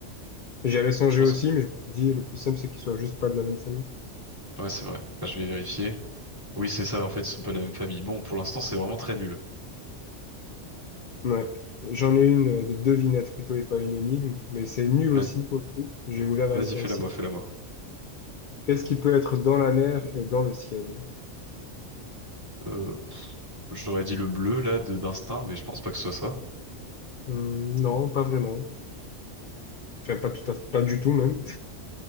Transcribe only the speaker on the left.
J'avais songé
aussi, mais je me suis dit, le plus simple, c'est qu'ils soient juste pas de la même famille.
Ouais. J'en ai une euh, de devinette plutôt et pas une énigme, mais c'est nul
aussi pour le coup. J'ai ouvert
un,
un site.
Qu'est-ce qui peut être dans la mer et dans le ciel?
Hmm, non, pas vraiment. Enfin, pas tout à fait- pas du tout même.